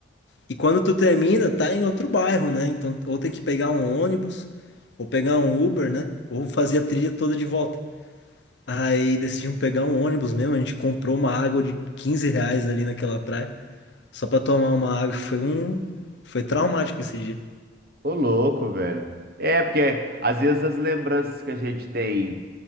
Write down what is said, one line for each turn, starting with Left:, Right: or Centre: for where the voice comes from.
Left: E quando tu termina, tá em outro bairro, né? Então, ou tem que pegar um ônibus, ou pegar um Uber, né? Ou fazer a trilha toda de volta. Aí decidimos pegar um ônibus mesmo, a gente comprou uma água de 15 reais ali naquela praia. Só pra tomar uma água foi um. Foi traumático esse dia.
Right: ô louco, velho. É, porque às vezes as lembranças que a gente tem